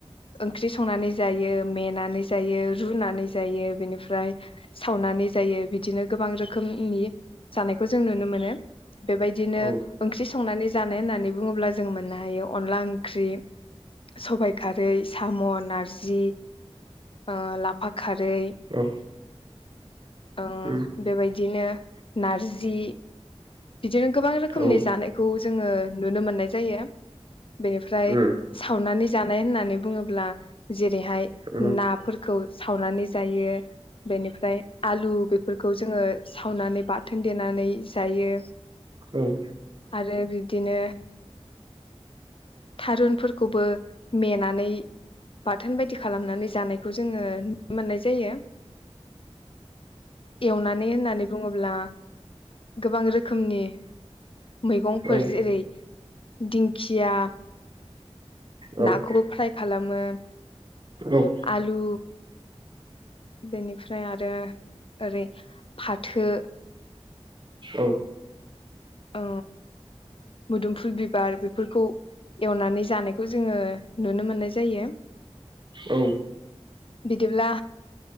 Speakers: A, on the left; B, on the right.
A: ओंख्रि संनानै जायो मेनानै जायो रुनानै जायो बेनिफ्राय सावनानै जायो बिदिनो गोबां रोखोमनि जानायखौ जों नुनो मोनो। बेबायदिनो
B: औ औ
A: ओंख्रि संनानै जानाय होननानै बुंङोब्ला जों मोननो हायो अनला ओंख्रि सबाइ खारै। साम' नारजि ओ लाफा खारै।
B: औ
A: ओ
B: उम
A: बेबायदिनो नारज जि बिदिनो गोबां रोखोमनि
B: औ
A: जानायखौ जोङो नुनो मोननाय जायो। बेनिफ्राय
B: उम उम
A: सावनानै जानाय होननानै बुङो ब्ला। जेरैहाय
B: औ
A: नाफोरखौ सावनानै जायो। बेनिफ्राय आलु बेफोरखौ जोङो सावनानै बा थोन देनानै जायो।
B: ओं।
A: आरो बिब्दिनो थारुनफोरखौबो मेनानै बाथोन बायदि खालामनानै जानायखौ जोङो नुनो मोननाय जायो, एवनानै होननानै बुङोब्ला गोबां रोखोमनि मैगंफोर
B: औ
A: जेरै दिंखिया
B: औ
A: नाखौबो फ्राय खालामो।
B: उम
A: आलु बेनिफ्राय आरो ओरै फाथो।
B: औ।
A: ओ मोदोमफुल बिबार बेफोरखौ एवनानै जानायखौ जोङो नुनो मोननाय जायो।
B: औ
A: बिदिब्ला